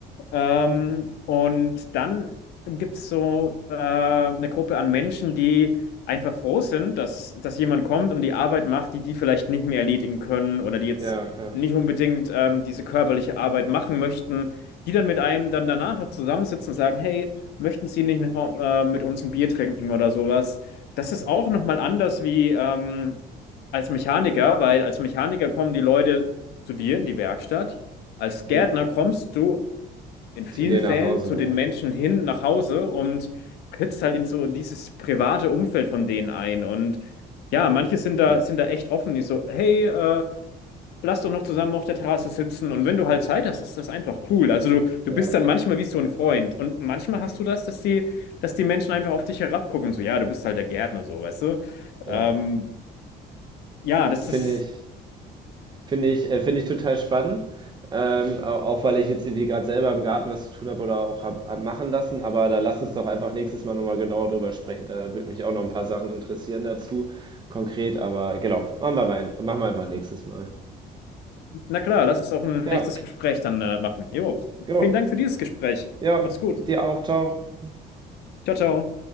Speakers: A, on the left; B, on the right.
A: Ähm, und dann gibt es so äh, eine Gruppe an Menschen, die einfach froh sind, dass, dass jemand kommt und die Arbeit macht, die die vielleicht nicht mehr erledigen können oder die jetzt
B: Ja, ja.
A: nicht unbedingt ähm, diese körperliche Arbeit machen möchten, die dann mit einem dann danach noch zusammensitzen und sagen, hey, möchten Sie nicht noch äh, mit uns ein Bier trinken oder sowas? Das ist auch nochmal anders wie ähm, als Mechaniker, weil als Mechaniker kommen die Leute zu dir in die Werkstatt. Als
B: Mhm.
A: Gärtner kommst du in vielen
B: Zu dir nach
A: Fällen
B: Hause,
A: zu den Menschen hin nach Hause und trittst halt in so dieses private Umfeld von denen ein. Und ja, manche sind da,
B: ja. Ja,
A: sind da echt offen, die so, hey, äh, lass doch noch zusammen auf der Terrasse sitzen. Und wenn du halt Zeit hast, ist das einfach cool. Also du,
B: ja,
A: du bist dann manchmal wie so ein Freund. Und manchmal hast du das, dass die, dass die Menschen einfach auf dich herabgucken. So, ja, du bist halt der Gärtner, so, weißt du?
B: ja.
A: Ähm, ja, das
B: Finde
A: ist,
B: ich. Finde ich, äh, finde ich total spannend. Ähm, au- auch weil ich jetzt irgendwie gerade selber im Garten was zu tun habe oder auch hab, hab machen lassen. Aber da lass uns doch einfach nächstes Mal nochmal genauer drüber sprechen. Da würde mich auch noch ein paar Sachen interessieren dazu, konkret. Aber genau, machen wir, mal, machen wir einfach nächstes Mal.
A: na klar, lass es auch ein
B: Ja,
A: nächstes Gespräch dann äh, machen. Jo,
B: genau.
A: vielen Dank für dieses Gespräch.
B: Ja,
A: Mach's gut.
B: dir auch. Ciao.
A: Ciao, ciao.